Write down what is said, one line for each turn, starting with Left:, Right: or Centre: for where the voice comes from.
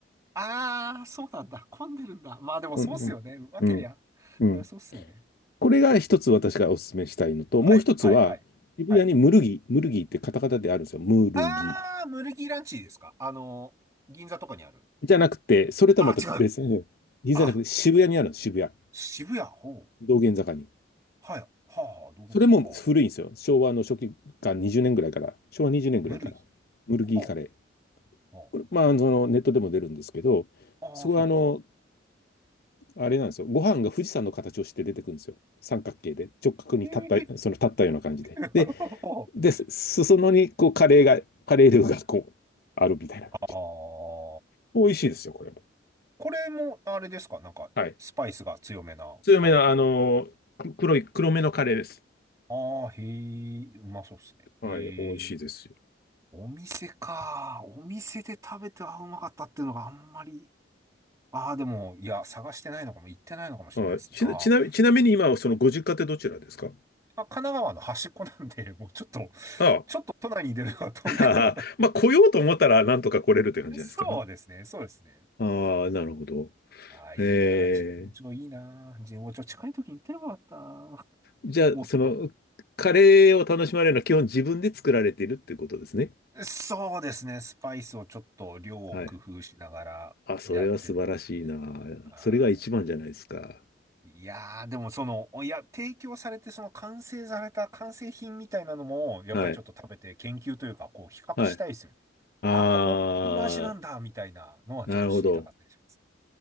Right: ああ、そうなんだ。混んでるんだ。まあでもそうっすよね。
Left: こんうんうんうん
Right: うまけりゃ。そりゃそうっすよね。
Left: これが一つ私がお勧めしたいのと、
Right: はい、
Left: もう一つは、
Right: はい、はい。
Left: 渋谷にムルギ、
Right: はい。
Left: ムルギってカタカタであるんですよ。ムルギ。
Right: ああ、ムルギーランチですかあの、銀座とかにある。
Left: じゃなくて、それとはまた別に、
Right: あー違う。
Left: 銀座じゃなくて渋谷にあるんです、
Right: あ、
Left: 渋谷。
Right: 渋谷。ほう。
Left: 道玄坂に。
Right: はい。はあ、はあ、道玄坂。
Left: それも古いんですよ。
Right: はあ、はあ。はあ
Left: 昭和の初期か20年ぐらいから、昭和20年ぐらいから、
Right: ムルギ
Left: ムルギーカレー。
Right: ー。はあ、は
Left: これ、まあ、そのネットでも出るんですけど、
Right: あ。ああ、
Left: そこはあの
Right: そうなんですね。
Left: あれなんですよ。ご飯が富士山の形をして出てくるんですよ。三角形で、直角に立った、
Right: へえ
Left: その立ったような感じで。
Right: <laughs>
Left: で、で、裾野にこうカレーが、カレールーがこう、あるみたいな感じ。
Right: ああ。
Left: 美味しいですよ、これも。
Right: これも、あれですかなんか、
Left: はい。
Right: スパイスが強めな感じの。
Left: 強めの、あのー黒い、黒めのカレーです。
Right: ああ、へえ、うまそうっすね。
Left: はい、
Right: へえ、
Left: 美味しいです
Right: お店か。お店で食べて、あうまかったっていうのがあんまり。ああ、でも、いや、探してないのかも、行ってないのかもしれないですね。
Left: よ。はい。ちな、
Right: あー
Left: ちなみちなみに今、そのご実家ってどちらですか
Right: あ、神奈川の端っこなんで、もうちょっと、
Left: ああ。
Right: <laughs> ちょっと都内に出るのは遠いから。
Left: <laughs> まあ、来ようと思ったら、なんとか来れるって感じじゃないですか。
Right: <laughs> そうですね、そうですね。
Left: ああ、なるほど。
Right: ああ、いいな。
Left: ええ
Right: 神保町いいな。神保町近い時に行ってればよかったな。
Left: じゃあ、
Right: もっと。
Left: その、カレーを楽しまれるのは基本自分で作られているっていうことですね。
Right: そうですね。スパイスをちょっと量を工夫しながらやってる感じ。
Left: はい。あ、それは素晴らしいな。
Right: あー
Left: それが一番じゃないですか。
Right: いやー、でもその、いや、提供されて、その完成された完成品みたいなのも、やっぱりちょっと食べて研究というか、
Left: はい。
Right: こう、比較したいですよね。
Left: はい。あ
Right: あ、こういう味なんだ、みたいなのはちょっと知りたかったりします。
Left: ー、なるほど。